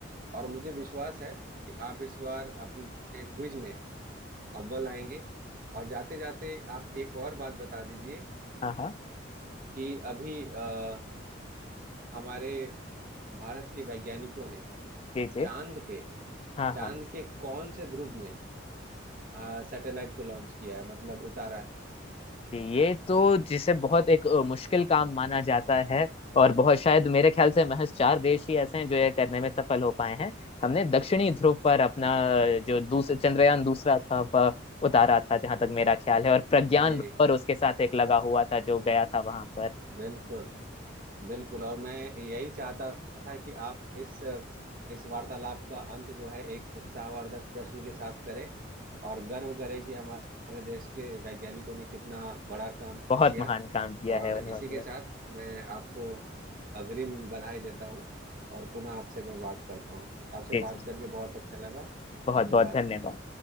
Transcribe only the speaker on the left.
हाँ हाँ
जी जी
हाँ
हाँ
जी, ये तो जिसे बहुत एक अ, मुश्किल काम माना जाता है और बहुत शायद मेरे ख्याल से महज चार देश ही ऐसे हैं जो ये करने में सफल हो पाए हैं हमने दक्षिणी ध्रुव पर अपना अ, जो दूसरा चंद्रयान दूसरा था वह उतारा था जहां तक मेरा ख्याल है और प्रज्ञान
रोवर उसके साथ एक लगा हुआ था जो गया था वहां पर
बहुत
महान काम किया
है उन्होंने
जी
जी
बहुत
बहुत धन्यवाद